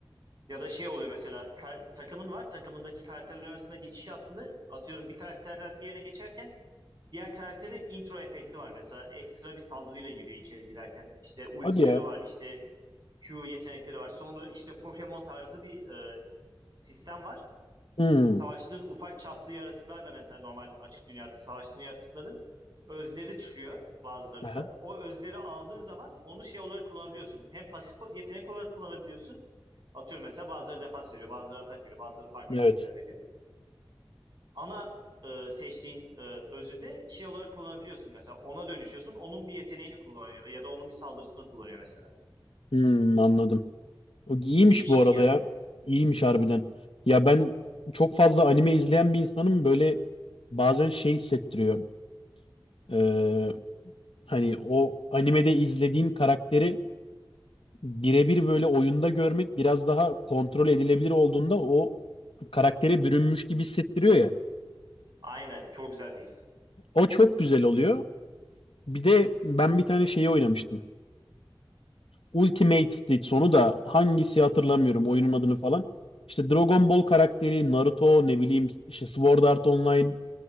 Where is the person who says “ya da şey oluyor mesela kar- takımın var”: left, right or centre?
Right